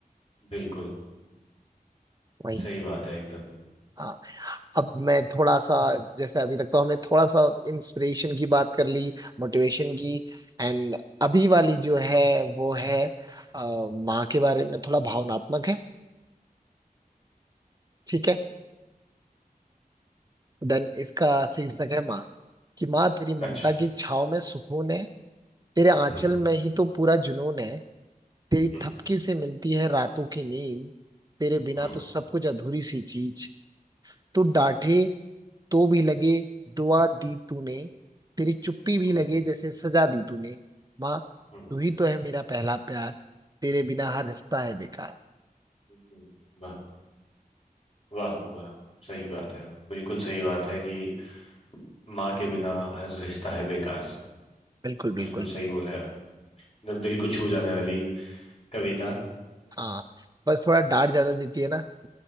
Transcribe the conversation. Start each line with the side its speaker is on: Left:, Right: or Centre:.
Left: बिल्कुल
Right: वही
Left: सही बात है एकदम
Right: हाँ अब मैं थोड़ा सा जैसे अभी तक तो हमने थोड़ा सा इंस्पिरेशन की बात कर ली मोटिवेशन की एंड अभी वाली जो है वो है अ, माँ के बारे में थोड़ा भावनात्मक है ठीक है देन इसका शीर्षक है माँ कि माँ तेरी ममता
Left: अच्छा
Right: की छाव में सुकून है तेरे आंचल
Left: हम्म
Right: में ही तो पूरा जुनून है तेरी
Left: हम्म
Right: थपकी से मिलती है रातों की नींद तेरे बिना
Left: हम्म
Right: तो सब कुछ अधूरी सी चीज तू डांटे तो भी लगे दुआ दी तूने तेरी चुप्पी भी
Left: हम्म
Right: लगे जैसे सजा दी तूने माँ
Left: हम्म
Right: तू ही तो है मेरा पहला प्यार तेरे बिना हर रिश्ता है बेकार
Left: हम्म, वाह वाह वाह सही बात है बिल्कुल सही बात है कि माँ के बिना हर रिश्ता है बेकार
Right: बिल्कुल
Left: बिल्कुल
Right: बिल्कुल
Left: सही बोले आप एकदम दिल को छू जाने वाली कविता
Right: हाँ बस थोड़ा डांट ज्यादा देती है ना